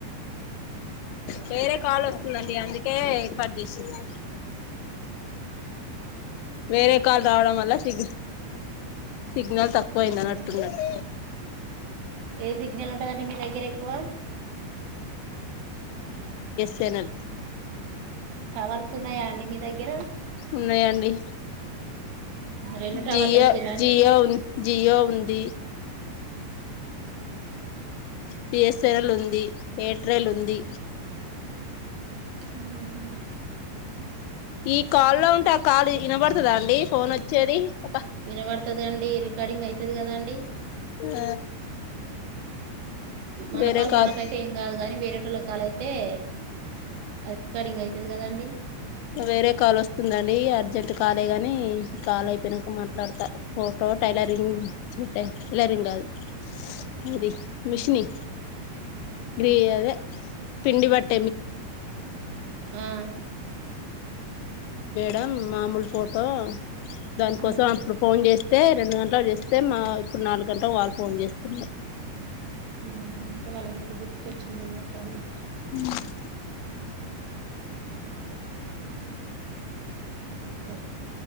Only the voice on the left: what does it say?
వేరే కాలు వస్తుందండి అందుకే కట్ జేసీంరు. వేరే కాల్ రావడం వల్ల సిగీ. సిగ్నల్ తక్కువైందనట్టున్నద్
చెనల్
ఉన్నాయండి.
జియ
జియో ఉం జియో ఉంది. బిఎస్ఎన్ఎల్ ఉంది ఎయిట్రెల్ ఉంది.
ఈ కాల్లో ఉంటే ఆ కాల్ వినబడుతదా అండి ఫోన్ వచ్చేది. అబ్బా
ఆ
వేరే కాల్
వేరే కాల్ వస్తుందండి అర్జెంట్ కాలే గాని ఈ కాల్ అయిపోయినంక మాట్లాడుతా ఫోటో. టైలరింగ్ అంటే టైలరింగ్ కాదు అది మిషీని. గ్రీ అదే పిండి బట్.
దా మామూలు ఫోటో దాని కోసం
అప్పుడు ఫోన్ చేస్తే. స్తే రెండు గంటలకు చేస్తే మా ఇప్పుడు నాలుగు గంటలకు వాళ్ళు ఫోన్ చేస్తున్నారు.
ఉమ్.